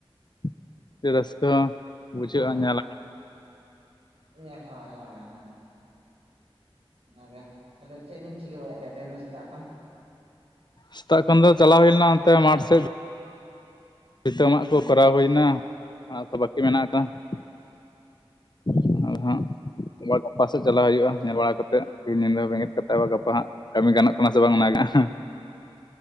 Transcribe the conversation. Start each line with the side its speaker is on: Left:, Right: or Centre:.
Left: <unintelligible> ᱨᱟᱹᱥᱠᱟᱹ ᱵᱩᱡᱷᱟᱹᱜᱼᱟ
Right: ᱦᱳᱭ
Left: ᱧᱮᱞᱟ
Right: ᱧᱮᱞ ᱦᱳᱭ ᱦᱳᱭ ᱚᱱᱟ ᱜᱮ ᱾ ᱪᱮᱫ ᱵᱤᱱ ᱪᱤᱠᱟᱹ ᱵᱟᱲᱟᱭᱮᱫ ᱛᱟᱦᱮᱸ ᱫᱚ ᱥᱮᱛᱟᱜ ᱠᱷᱚᱱ?
Left: ᱥᱮᱛᱟᱜ ᱠᱷᱚᱱ ᱫᱚ ᱪᱟᱞᱟᱣ ᱦᱩᱭ ᱞᱮᱱᱟ ᱚᱱᱛᱮ ᱢᱟᱴᱷ ᱥᱮᱫ ᱾ ᱵᱤᱛᱟᱹᱢᱟᱜ ᱠᱚ ᱠᱚᱨᱟᱣ
Right: ᱟᱪᱪᱷᱟ
Left: ᱦᱩᱭᱱᱟ ᱟᱨ ᱠᱚ ᱵᱟᱹᱠᱤ ᱢᱮᱱᱟᱜ ᱟᱠᱟᱜᱼᱟ ᱾ ᱟ ᱦᱮ <inaudible> ᱜᱟᱯᱟ ᱥᱮᱫ ᱪᱟᱞᱟᱣ ᱦᱩᱭᱩᱜᱼᱟ ᱾ ᱧᱮᱞ ᱵᱟᱲᱟ ᱠᱟᱛᱮ ᱛᱮᱦᱤ ᱧᱤᱫᱟᱹ ᱵᱮᱸᱜᱮᱫ ᱠᱟᱛᱮ ᱟᱵᱟᱨ ᱜᱟᱯᱟ ᱦᱟᱸᱜ ᱠᱟᱹᱢᱤ ᱜᱟᱱᱚᱜ ᱠᱟᱱᱟ ᱥᱮ ᱵᱟᱝ ᱚᱱᱟ ᱜᱮ ᱾